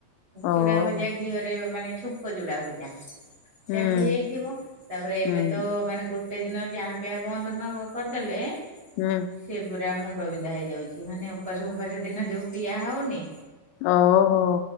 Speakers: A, on the left; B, on the right.
A: ଓହୋ
B: ଚୁଡ଼ା ଭଜା ଘିଅରେ ମାନେ ଛୁଙ୍କ ଯୋଉଡା <unintelligible> ସେମିତି
A: ହୁଁ।
B: ହେଇଥିବ ତାପରେ ଏବେ
A: ହୁଁ
B: ତ ମାନେ ଗୋ ଗୋଟେ ଦିନ ଚାହା ପିଆ ବନ୍ଦ ନ କରିଦେଲେ
A: ହୁଁ।
B: ସେ ପୁରା ମୁଣ୍ଡ ବିନ୍ଧା ହେଇଯାଉଚି ମାନେ ଉପାସ ଉପାସ ଦିନ ଯଉ ପିଆ ହଉନି।
A: ଓ ହୋ।